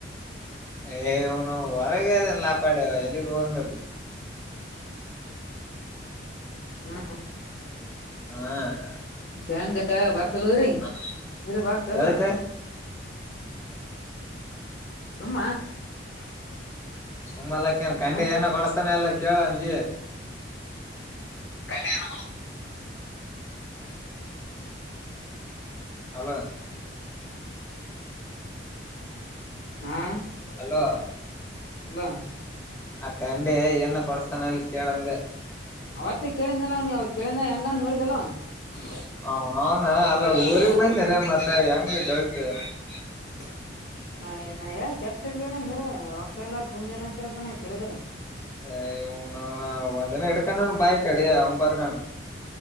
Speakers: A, on the left; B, on the left.
A: <unintelligible> ಏ್ನು ಹೊರಗೆ ಅದನ್ ಲಾಕ್ಪಾಡ್ಯವ ಎಲ್ಲಿಗ್ ಬಂದ್ರ
B: ಹಾ <unintelligible>
A: ಹಾ <unintelligible> <inaudible>
B: ಹೆಂಗ ಬರ್ತಲ್ ರಿ ಇರಿ ಬರ್ತಲ್ವ
A: ಎದಕ್ಕ
B: ಸುಮ್ಮ <unintelligible>
A: ಸುಮ್ಮಲ್ಲಕ್ಕೇನ್ ಕಂಡೆ
B: ಹ
A: ಏನ ಕೊಡಸ್ತಾನ ಎಲ್ಲ ಕೇಳ ನಿ <unintelligible>
B: ಕಲ್ಯಾಣ
A: ಅಲ <unintelligible>
B: ಹಾ
A: ಅಲೋ <unintelligible>
B: ಹಲೋ
A: ಅಕ್ಕ ಅಂಡಿ ಏನ ಕೊಡಸ್ತಾನ ಅಲ್ ಕೇಳಂಗ
B: ಅವತ್ತ ಕೇಳಿದಲ್ಲ ನೀ ಅವ ಕೇಳಿದ ಹೆಂಗಂದ ನೋಡಿದಲ್ಲವ <unintelligible>
A: ಅವನವನ
B: ಹ
A: ಅಲ್ಲ ಊರಿಗ್
B: ಊರು ಬಂದಲ್ಲ
A: ಹೆಂಗ
B: ಮತ್ತ
A: ದೋಸ್ತ್
B: ಹೆಂಗ ಹಏ ನ ಚಪ್ಪಪ್ ಚಪ್ಲಿಣ ಮೀರ ರೊಕ್ಕ ಎಲ್ಲ ತುಣಿ ಎಲ್ಲಾ ಅಂತತ ನ ಕೇಳಿದರ <unintelligible>
A: <unintelligible> ನ ಒಂದೆನ ಎಡ್ಕ್ಣಾನು ಬಾಯ ಕಡೆ ಅವಂಬಾರ್ಕಾನು